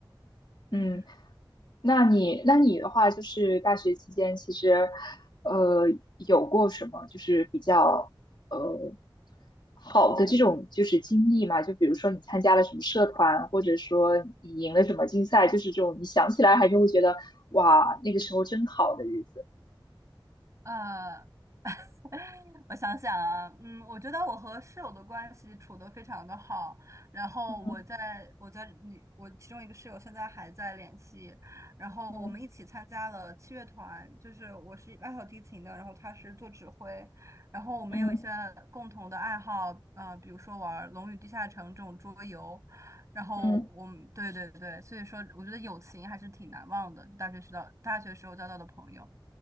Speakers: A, on the right; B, on the left.
A: 嗯，
B: 嗯。那你那你的话，就是大学期间，其实，呃，有过什么就是比较呃好的这种就是经历嘛？就比如说你参加了什么社团，或者说你赢了什么竞赛，就是这种你想起来还是会觉得哇，那个时候真好的日子。
A: 呃，<laughs> 我想想啊，嗯，我觉得我和室友的关系处得非常的好，然后我在我在你我其中一个室友现在还在联系，
B: 嗯
A: 然后我们一起参加了七乐团，
B: 嗯
A: 就是我是拉小提琴的，然后他是做指挥，然后我们有一些共同的爱好，
B: 嗯
A: 呃，比如说玩《龙与地下城》这种桌游，然后我们对对对，
B: 嗯，
A: 所以说我觉得友情还是挺难忘的，大学时到大学时候交到的朋友，